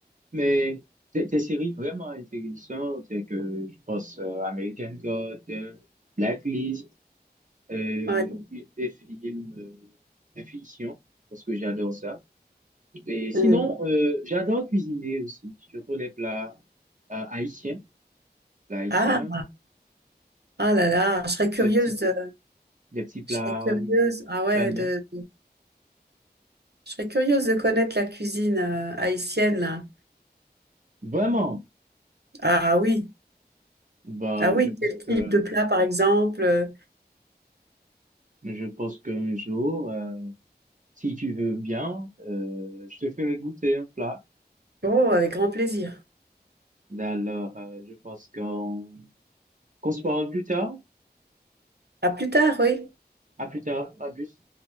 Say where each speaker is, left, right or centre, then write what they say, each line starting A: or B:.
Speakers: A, on the right (about 50°); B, on the right (about 75°).
A: mais des, des séries vraiment intéressantes, et que je pense euh, American God, euh, Blacklist, euh,
B: Ouais.
A: des des films euh, de fiction, parce que j'adore ça. Et sinon,
B: Mm.
A: euh, j'adore cuisiner aussi, surtout les plats euh, haïtiens, plats haïtiens,
B: Ah, ah là là, je serais curieuse
A: des petits plats,
B: de,
A: des petits plats
B: je serais curieuse,
A: euh,
B: ah ouais,
A: italiens.
B: de, Je serais curieuse de connaître la cuisine euh, haïtienne, là.
A: Vraiment,
B: Ah oui,
A: bah,
B: ah oui,
A: je pense
B: quel type
A: que
B: de plat, par exemple? euh.
A: Je pense qu'un jour, euh, si tu veux bien, euh, je te ferai goûter un plat.
B: Oh, avec grand plaisir.
A: Ben Alors, euh, je pense qu'on qu'on se parle plus tard.
B: À plus tard, oui.
A: À plus tard. À plus.